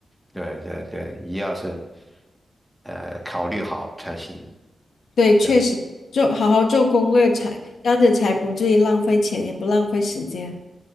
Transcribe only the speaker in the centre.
对对对，一要是呃考虑好才行。
对